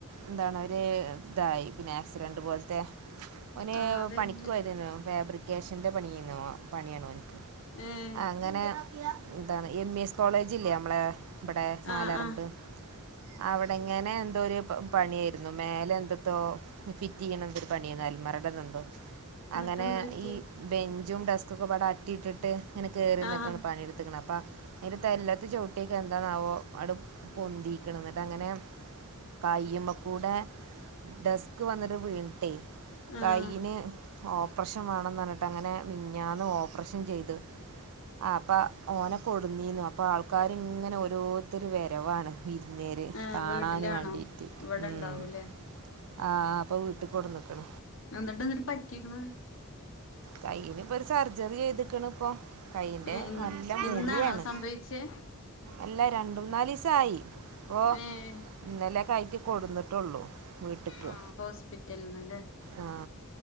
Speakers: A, on the right; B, on the left.
A: എന്താണ് ഒരുര് ഇതായി പിന്നെ ആക്സിഡന്റ് പോലത്തെഓൻ
B: ആഹ് അതെന്ത്
A: പണിക്കുപോയതാ രുന്നു ഫേബ്രിക് ക്യാഷിൻ്റെ പണിയന്നോ പണിയാണോ ഓനിക്ക്
B: ഏഹ്
A: അങ്ങനെ എന്താണ് എം ഇ എസ് കോളേജ ഇല്ലേ നമ്മളെ ഇവിടെ മാലറമ്പ്
B: ആഹ് ആഹ്
A: അവിടെ ഇങ്ങനെ എന്തോ ഒരു പണിയായിരുന്നു മേലെ എന്തത്തോ ഫിറ്റ് ചെയ്യണന്തൊരു പണിയന്ന് അൽമറ <unintelligible>
B: എന്നിട്ട്
A: അങ്ങനെ
B: എന്താ പറ്റിയെ
A: ഈ ബെഞ്ചും ഡെസ്ക്കൊക്കെവിടെ അറ്റിയിട്ടിട്ട് ഇങ്ങനെ കയറി നിന്നിട്ടാണ്
B: ആഹ്
A: പണിയെടുക്കുന്നത് അപ്പം അതിറെ തല്ലത്ത് ചുവട്ടിയൊക്കെ എന്താണുമോ അട്ട് പൊന്തിക്കണം
B: യാ
A: എന്നിട്ട് അങ്ങനെ കയ്യുമ്മ കൂടെ ഡെസ്ക് വന്നിട്ട് വീണട്ടെ
B: ആഹ്
A: കൈയിന് ഓപ്പറേഷൻ വേണംമന്ന് പറഞ്ഞിട്ട് അങ്ങനെ മെഞാന് ഓപ്പറേഷൻ ചെയ്ത് ആ അപ്പ ഓന കൊടുന്നീന്നു അപ്പൊ ആൾക്കാർ ഇങ്ങനെ ഓരോരുത്തരി വെരവാണ് വിരുന്നേര്
B: ഏഹ്
A: കാണാന്
B: വീട്ടിലാണോ
A: വേണ്ടീട്ട്
B: ഇവിടെ
A: മ് ഉം
B: ഇണ്ടാവൂലേ
A: ആഹ അപ്പൊ വീട്ടിൽ കൊടെ നിക്കണ
B: എതട്ടഎന്നിട്ട് പറ്റിക്കണ
A: കയ്യിലിപ്പൊ ഒരു സർജറി ചെയ്തിക്കണ് ഇപ്പൊ കൈയ്യിന്റെ
B: ഏഹ്
A: നല്ല മുറിയാണ്
B: ഇന്നാണോ സംഭവിച്ചേ
A: അല്ല രണ്ടുനാലീസായി അപ്പോ
B: ഏഹ്
A: ഇന്നലെക്കയിറ്റ് കൊടന്നിട്ടുള്ളൂ വീട്ട്ക്ക്
B: ആഹ് ഹോസ്പിറ്റലിന്നല്ലേ
A: ആ